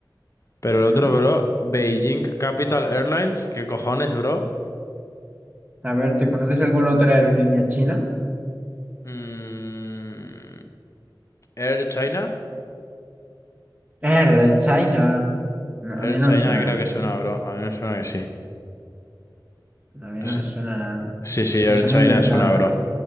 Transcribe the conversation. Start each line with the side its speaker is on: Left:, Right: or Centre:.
Left: Pero el
Right: Mm.
Left: otro, bro, Beijing Capital Airlines, ¿qué cojones, bro?
Right: A ver, ¿te conoces alguna otra aerolínea china?
Left: Mm, Air China.
Right: Ah, Red China. No, a
Left: Air
Right: mí no
Left: China
Right: me suena,
Left: creo que
Right: ¿eh?
Left: es una, bro. A mí me suena que sí.
Right: A mí
Left: Sí,
Right: no me suena nada.
Left: sí, sí,
Right: Me
Left: Air
Right: suena
Left: China
Right: inventada.
Left: es una, bro.